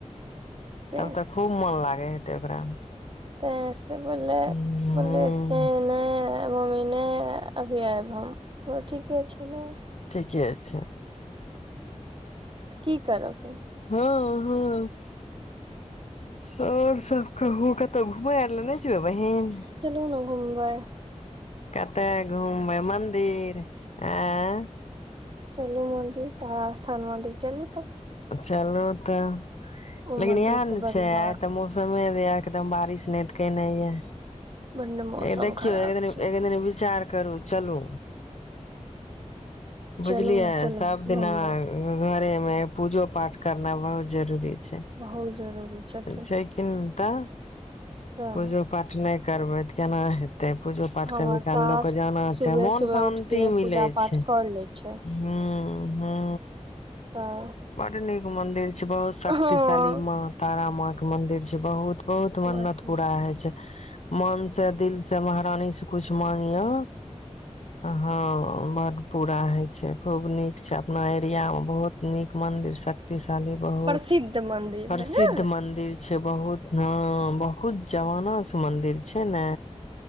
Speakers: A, on the right; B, on the left.
A: ते
B: तब तऽ खूब मन लागे <unintelligible>
A: तेँ से बोले
B: ह
A: बोललै ने कोनो मम्मी ने अभी आब हम ओ ठीके छै ने
B: ठीके छै
A: की करब
B: हँ हँ आओर सब कहू कतहु घुमै आर ल ने जबै बहिन
A: चलु न मुंबइ
B: कतय घुमबै मन्दिर आंय
A: चलू मन्दिर तारा स्थान मन्दिर चलू तब
B: चलू तऽ
A: ओ
B: लेकिन
A: मंदिर
B: इएह ने
A: तऽ बड़ी
B: छै
A: म
B: आ तऽ मौसमे एकदम बारिश नाहित केनै ये
A: बड मौसम
B: देखियौ
A: खराब
B: एक दिन
A: छथिन
B: एक दिन विचार करू चलू
A: चलू
B: बुझलियै
A: ने चलबै
B: सब दिना
A: घुमबै
B: घरेमे मैप पूजो पाठ करना बहुत जरूरी छैे
A: बहुत जरूरी छथिन
B: छैकिनै तऽ
A: तऽ
B: पूजो पाठ नै करबै तऽ केना हेत तै पूजो पाठ
A: हमर
B: कभी
A: सास
B: काल लोकके जाना
A: सुबह
B: छै मोन
A: सुबह
B: शान्ति
A: उठ के
B: मिलै
A: पूजा पाठ
B: छै
A: कर ले छै
B: हूँ हूँ
A: तऽ
B: बड्ड नीक मन्दिर छै बहुत शक्तिशाली
A: हँ
B: माँ तारा माँ मंदिर छै बहुत बहुत मन्नत
A: वही
B: पूरा होइ छै मन सँ दिल से महारानी से कुछ मांगियौ हँ बड्ड पूरा होय छै खूब नीक छै अपना एरिया मे बहुत नीक मन्दिर शक्ति वाली बहुत
A: प्रसिद्ध मंदिर
B: प्रसिद्ध
A: है ने
B: मंदिर छै बहुत न बहुत जमाना से मन्दिर छै ने